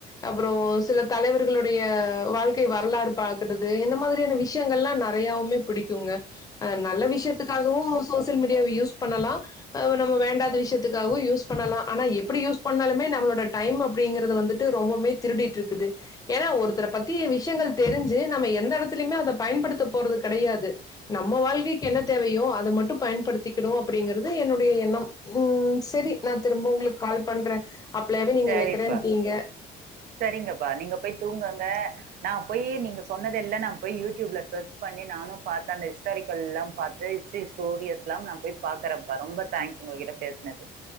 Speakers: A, on the left (about 20°); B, on the right (about 60°).
A: அப்புறம் சில தலைவர்களுடைய வாழ்க்கை வரலாறு பாக்குறது இந்த மாதிரியான விஷயங்கல்லாம் நெறையவுமே பிடிக்குங்க நல்ல விஷயத்துக்காகவும் சோசியல் மீடியாவ யூஸ் பண்ணலாம் நம்ம வேண்டாத விஷயத்துக்காகவும் யூஸ் பண்ணலாம் ஆனா எப்படி யூஸ் பண்ணாலுமே நம்மளோட டைம் அப்படிங்கறது வந்துட்டு ரொம்பமே திருடிட்டு இருக்குது ஏன்னா ஒருத்தர பத்தி விஷயங்கள் தெரிஞ்சு நம்ம எந்தடத்து த்திலிமே அதை பயன்படுத்த போறது கெடையாது நம்ம வாழ்க்கைக்கு என்ன தேவையோ அத மட்டும் பயன்படுத்திக்கணும் அப்படிங்கிறது என்னுடைய எண்ணம் உம் சரி நான் திரும்ப உங்களுக்கு கால் பண்றேன் அப்பலாவ நீங்க
B: சரிப்பா
A: வெக்கிறேன்டீங்க
B: சரிங்கப்பா. நீங்க போய் தூங்குங்க நான் போய் நீங்க சொன்னதெல்லாம் நான் போய் யூடியூப்ல சர்ச் பண்ணி நானும் பாத்து அந்த ஹிஸ்டாரிக்கல் எல்லாம் ஹிஸ்டரி ஸ்டோரியஸ்லாம் நான் போய் பாக்கறேன் பா ரொம்ப தேங்க்ஸ் உங்ககிட்ட பேசினது